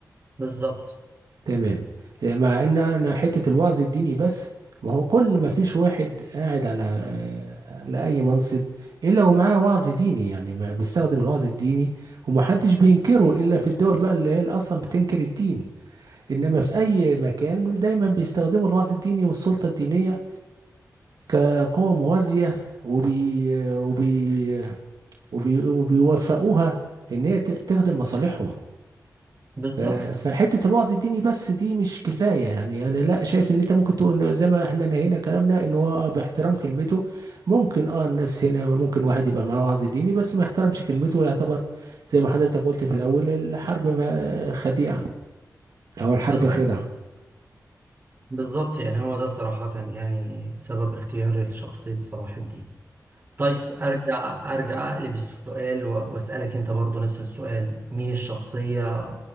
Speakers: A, on the right; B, on the right.
A: بالظبط
B: تمام لا، مع ان انا حته الوعظ الديني بس ما هو كل ما فيش واحد قاعد على على اي منصب الا ومعاه وعظ ديني يعني ما- بيستخدم الوعظ الديني ومحدش بينكره الا في الدول بقى اللي هي اللي اصلا بتنكر الدين انما في اي مكان دايما بيستخدموا الوعظ الديني والسلطه الدينيه كقوه موازيه وبي وبي وبي وبيوفقوها ان هي ت- تخدم مصالحهم
A: بالظبط
B: ف- فحته الوعظ الديني بس دي مش كفايه يعني انا لا شايف ان انت ممكن تقول إن زي ما احنا نهينا كلامنا ان هو اه باحترام كلمته ممكن اه الناس هنا ممكن واحد يبقى معاه وعظ ديني بس ما يحترمش كلمته يعتبر زي ما حضرتك قلت في الاول الحرب ما خديعه او الحرب
A: بالظبط
B: خدعه
A: بالظبط يعني هو ده صراحة يعني سبب اختياري لشخصية صلاح الدين طيب ارجع ارجع اقلب السؤال و- واسالك انت برضو نفس السؤال مين الشخصيه